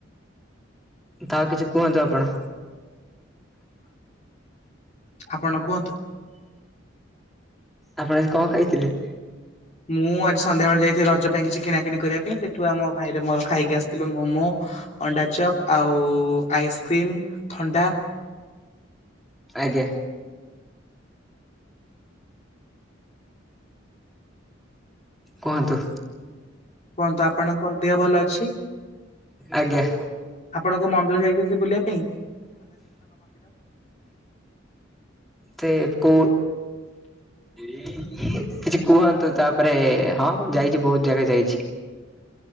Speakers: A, in the centre; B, on the left (about 35°).
A: ତ ଆଉ କିଛି କୁହନ୍ତୁ ଆପଣ।
B: ଆପଣ କୁହନ୍ତୁ।
A: ଆପଣ ଆଜି କଣ ଖାଇଥିଲେ?
B: ମୁଁ ଆଜି ସନ୍ଧ୍ୟାବେଳେ ଯାଇଥିଲି ରଜ ପାଇଁ କିଛି କିଣାକିଣି କରିବା ପାଇଁ ସେଇଠୁ ଆମ ଭାଇର ମୋର ଖାଇକି ଆସିଥିଲୁ ମୋମୋ ଅଣ୍ଡା ଚପ୍ ଆଉ ଆଇସ୍କ୍ରିମ୍ ଥଣ୍ଡା।
A: ଆଜ୍ଞା। କୁହନ୍ତୁ।
B: କୁହନ୍ତୁ ଆପଣଙ୍କ ଦେହ ଭଲ ଅଛି
A: ଆଜ୍ଞା
B: ଆପଣଙ୍କ ମନ୍ଦିର ଯାଇଥିଲେ ବୁଲିବା- ପାଇଁଁ
A: ସେ କୋଉ କିଛି କୁହନ୍ତୁ ତାପରେ ହଁ ଯାଇଛି ବହୁତ ଜାଗା ଯାଇଛି